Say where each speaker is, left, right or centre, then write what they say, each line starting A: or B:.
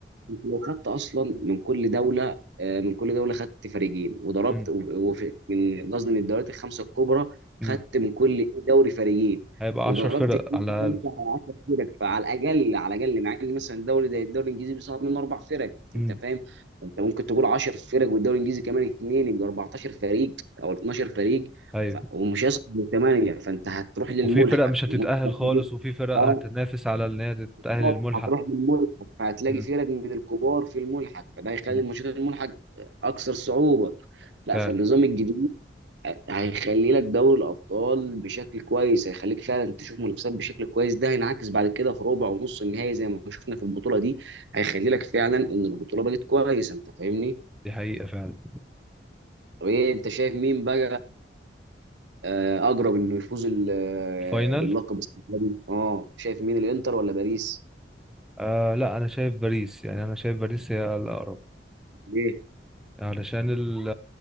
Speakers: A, on the right; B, in the centre.
A: انت لو خدت اصلا من كل دوله آه، من كل دوله خدت فريقين وضربت
B: مم.
A: و- وفي من قصدي من الدوريات الخمسه الكبرى
B: مم.
A: خدت من كل إيه، دوري فريقين
B: هيبقى
A: وضربت
B: 10 فرق
A: اتنين
B: على
A: في
B: الاقل
A: خمسه على 10 فرق فعلى الاقل على الاقل مع ان مثلا الدوري زي الدوري الانجليزي بيصعب منه اربع فرق
B: مم.
A: انت فاهم انت ممكن تقول 10 فرق والدوري الانجليزي كمان اثنين يبقى 14 فريق او 12 فريق
B: ايوه
A: ف... ومش هيصعد من ثمانيه فانت هتروح للملحق
B: وفي فرق مش هتتاهل
A: الملحق
B: خالص
A: هيجي-
B: وفي فرق
A: اه
B: هتنافس على ان هي تتاهل
A: بالظبط
B: الملحق
A: هتروح بالملحق فهتلاقي
B: مم.
A: فرق من الكبار في الملحق فده هيخلي
B: مم.
A: ماتشات الملحق اكثر صعوبه لا
B: فعلا
A: فالنظام الجديد هيخلي لك دوري الابطال بشكل كويس هيخليك فعلا تشوف منافسات بشكل كويس ده هينعكس بعد كده في ربع ونص النهائي زي ما شفنا في البطوله دي هيخلي لك فعلا ان البطوله بقت كويسه انت فاهمني
B: دي حقيقة فعلا
A: طب ايه انت شايف مين بقى آه، اقرب انه يفوز ال- آه،
B: الفاينل
A: باللقب السنه دي اه شايف مين الانتر ولا باريس
B: آه لا أنا شايف باريس يعني أنا شايف باريس هي الأقرب
A: ليه
B: علشان ال